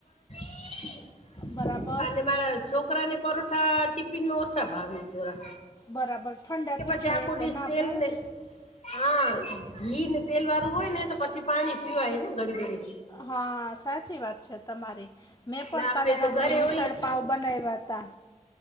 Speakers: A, on the left (about 50°); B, on the left (about 30°).
A: <inaudible>
B: બરાબર
A: અને મારા છોક છોકરા ને પરોઠા ટીફન માં ઓછા ભાવ જોરા.
B: બરાબર ઠંડા થઈ જાય
A: ચા
B: એટલે ના
A: <inaudible> તેલ
B: ભાવે
A: ને હા ઘી તેલ વાળુ હોય ને તો પછી પાણી પીવાય ને ઘડી ઘડી
B: હા સાચી વાત છે તમારી મેં પણ
A: ને આપે
B: કાલે
A: તો
B: રાત્રે
A: ઘરે
B: મસાાળ
A: હોય
B: પાઉ બનાવ્યા હતા.